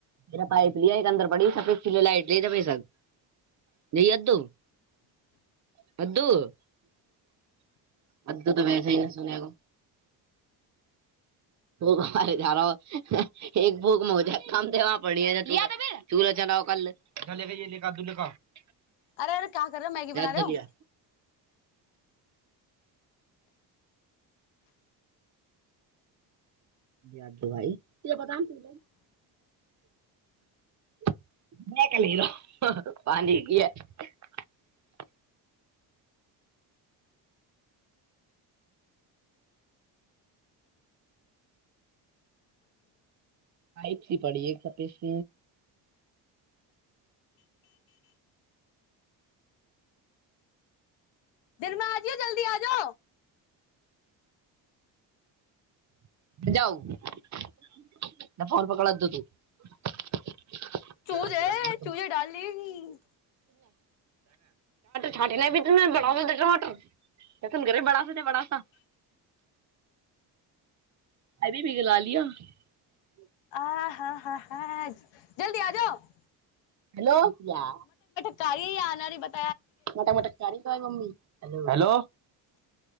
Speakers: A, on the right; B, on the left.
A: रह <unintelligible> पाईप लिया एक अन्दर पड़ी लाइट ल त प <unintelligible> ज अू बू <unintelligible> अू तऽ वैसे ही ने सुनेगो भ झार एक भूक मज कम देब पड़ तूर चला <unintelligible> कल चल कह न कदू ने का <unintelligible>
B: अरे यरे क्य कर रहेौ मैगी
A: याद
B: बना
A: तो
B: रहेौ
A: लिया द भइ तरा पता नहि ल <unintelligible> नहि क लर पानी किय <unintelligible> आइी थी पड़ी एक स
B: आजिय जल्दी आ जा
A: <unintelligible> <unintelligible>
B: चूजे
A: टमाटर
B: चूजे डार्लिंग
A: छाटेना भी त बड़ा टमाटर त तन करे बड़ा ओने बड़ा सा अबी भी ग ल लिअ <unintelligible>
B: आ हँ ह ह जल्दी आ जाउ <unintelligible>
A: हेलो प्रियाा
B: काड़ी आी ब <unintelligible>
A: मोटा मोटा प्यारी प्यारी मम्मी हैलो दैलो